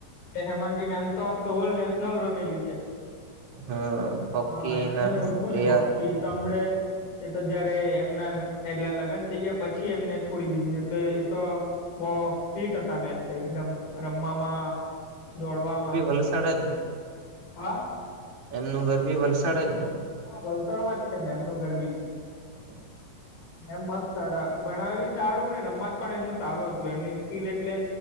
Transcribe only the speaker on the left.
હેમાંગી મેમ તો સોલ નેશનલ રમેલી છે.
હા એમને
મેં ઓળખું
ને હોકી એ તો હડે એ તો જયારે એમના એટલા લગ્ન થઈ ગયા પછી એમને છોડી દીધું તો એ તો બહુ ફીટ હતા મેમ એકદમ રમવામાં દોડવામાં.
હા.
હા વલસાડમાં જ છે મેમ એમનું ઘર બી.
એમ મસ્ત ભણાવે બી સારું ને રમત પણ એમનું સારું હતું એમની સ્કીલ એટલે